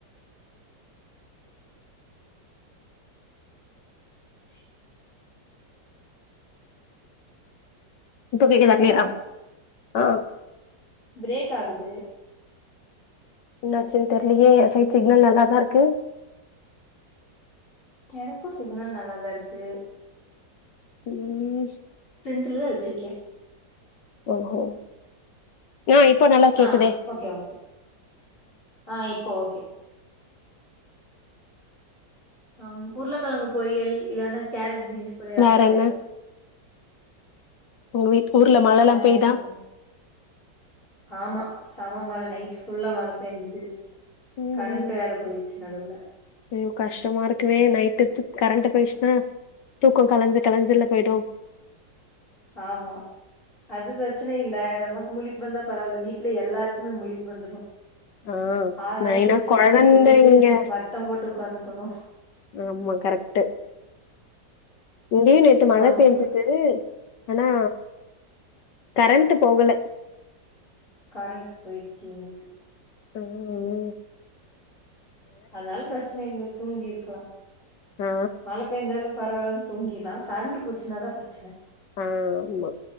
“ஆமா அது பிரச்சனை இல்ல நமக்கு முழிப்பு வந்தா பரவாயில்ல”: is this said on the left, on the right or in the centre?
Left